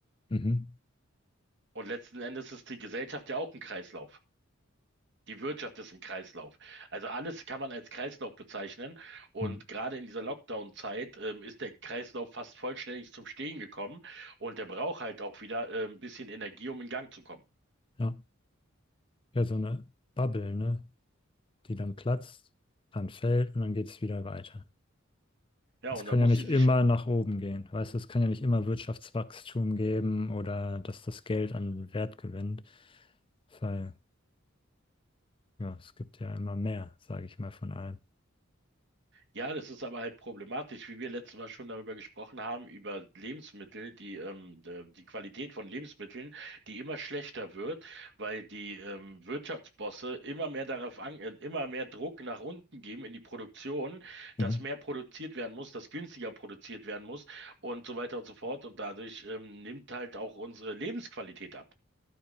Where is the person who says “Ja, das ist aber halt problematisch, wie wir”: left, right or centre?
Right